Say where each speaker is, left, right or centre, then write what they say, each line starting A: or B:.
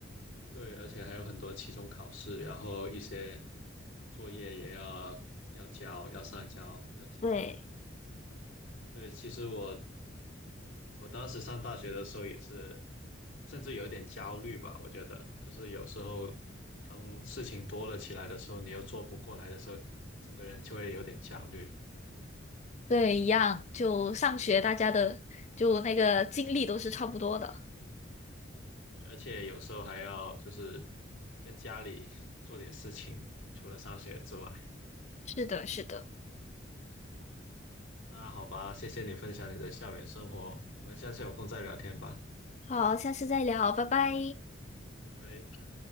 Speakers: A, on the left; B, on the left.
A: 对，而且还有很多期中考试，然后一些作业也要要交，要上交，要提交。
B: 对。
A: 对，其实我我当时上大学的时候也是，甚至有一点焦虑吧。我觉得就是有时候当事情多了起来的时候，你又做不过来的时候，整个人就会有点焦虑。
B: 对，一样，就上学大家的就那个经历都是差不多的。
A: 嗯，而且有时候还要就是跟家里做点事情，除了上学之外。
B: 是的，是的。
A: 那好吧，谢谢你分享你的校园生活，我们下次有空再聊天吧，
B: 好，下次再聊，拜拜。
A: 拜拜。